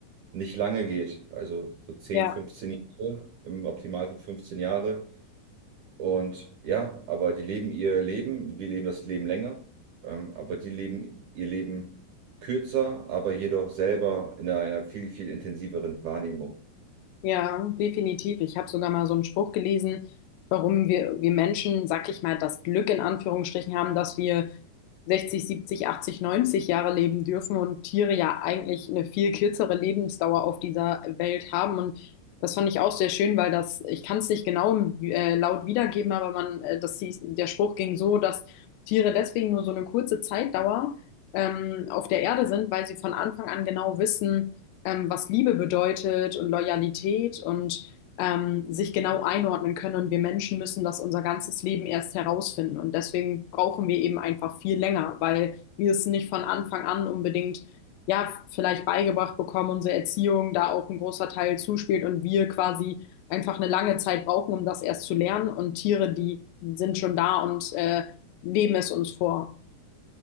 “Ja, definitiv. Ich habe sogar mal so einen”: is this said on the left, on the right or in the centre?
Left